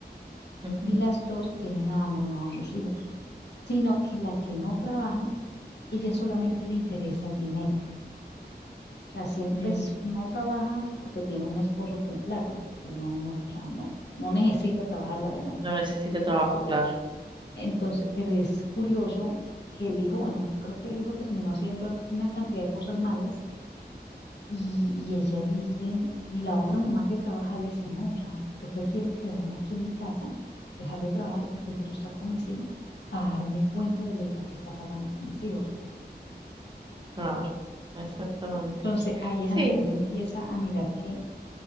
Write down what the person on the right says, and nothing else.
ujú,
mira,
no necesita trabajo, claro,
claro, exactamente.
Sí,